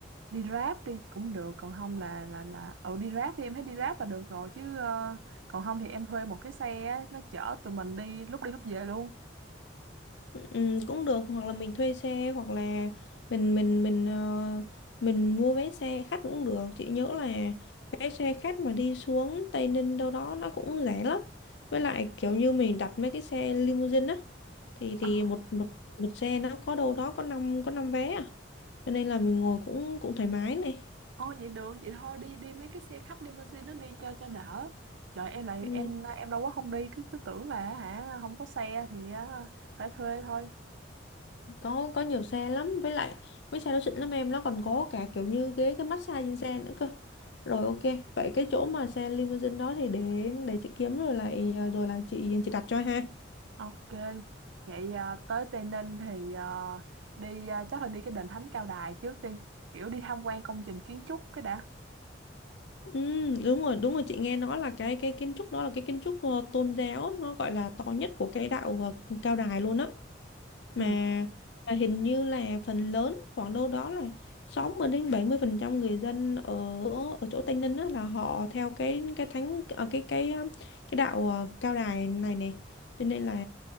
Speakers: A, on the right; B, on the left.
A: đi Grab đi cũng được còn không là là là ở đi Grab đi em thấy đi Grab là được rồi chứ à, còn không thì em thuê một cái xe á, nó chở tụi mình đi lúc đi lúc về luôn
B: Ừ, cũng được hoặc là mình thuê xe hoặc là mình mình mình ờ, mình mua vé xe khách cũng được chị nhớ là vé xe khách mà đi xuống Tây Ninh đâu đó nó cũng rẻ lắm với lại kiểu như mình đặt mấy cái xe limousine á thì
A: Ờ,
B: thì một một một xe nó có đâu đó có năm có năm vé à cho nên là mình ngồi cũng cũng thoải mái này
A: Ồ vậy được vậy thôi đi đi mấy cái xe khách limousine nó đi cho cho đỡ trời em lại
B: Ừ.
A: em em lâu quá không đi cứ cứ tưởng là hả không có xe thì à, phải thuê thôi
B: có có nhiều xe lắm với lại mấy xe đó xịn lắm em nó còn có cả kiểu như ghế cái massage trên xe nữa cơ rồi ok vậy cái chỗ mà xe limousine đó thì để để chị kiếm rồi lại ờ, rồi là chị chị đặt cho ha
A: Ok, vậy à, tới Tây Ninh thì à, đi à, chắc là đi cái đền Thánh Cao Đài trước đi, kiểu đi tham quan công trình kiến trúc cái đã.
B: ừ, đúng rồi đúng rồi chị nghe nói là cái cái kiến trúc đó là cái kiến trúc ờ, tôn giáo nó gọi là to nhất của cái đạo ờ, cao đài luôn á mà
A: Ừ.
B: mà hình như là phần lớn khoảng đâu đó là 60 đến 70 phần trăm người dân ở ở chỗ Tây Ninh á, là họ theo cái cái thánh ờ, cái cái um, cái đạo ờ, cao đài này nè cho nên là